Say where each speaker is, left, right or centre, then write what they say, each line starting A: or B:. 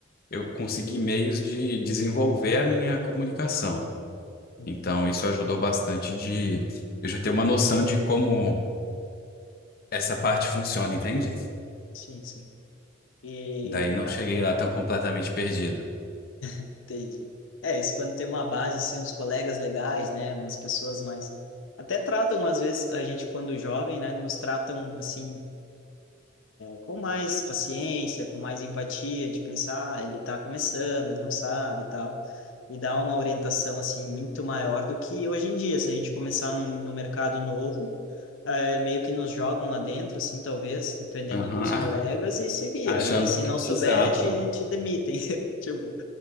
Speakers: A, on the left; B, on the left.
A: eu consegui meios de desenvolver a minha comunicação.
B: Uhum.
A: Então, isso ajudou bastante de eu já ter uma noção de como essa parte funciona, entende?
B: sim sim e
A: Daí não
B: ah,
A: cheguei lá tão completamente perdido.
B: entendi é isso quando tem uma base assim uns colegas legais né umas pessoas mais até tratam às vezes a gente quando jovem né nos tratam assim com mais paciência, com mais empatia, de pensar, ah, ele está começando, ele não sabe e tal, e dar uma orientação, assim, muito maior do que hoje em dia, se a gente começar no, no mercado novo, eh, meio que nos jogam lá dentro, assim, talvez, dependendo
A: Aham,
B: dos colegas, e se vira,
A: Achando
B: né? E se
A: que,
B: não souber,
A: exato,
B: te, te demitem, <laughs> tipo,